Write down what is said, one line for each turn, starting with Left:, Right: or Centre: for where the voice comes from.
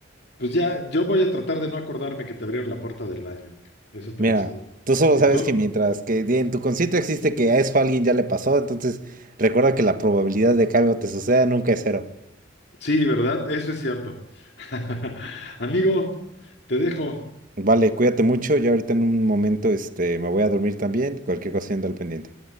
Left: pues ya, yo voy a tratar de no acordarme que te abrieron la puerta del baño, amigo. Eso te
Right: Mira,
Left: lo aseguro.
Right: tú solo
Left: ¿Y
Right: sabes
Left: tú?
Right: que mientras que en tu consciente existe que a eso a alguien ya le pasó, entonces recuerda que la probabilidad de que algo te suceda nunca es cero.
Left: Sí, ¿verdad? Eso es cierto. <laughs> Amigo, te dejo.
Right: Vale, cuídate mucho, yo ahorita en un momento, este, me voy a dormir también, cualquier cosa siendo al pendiente.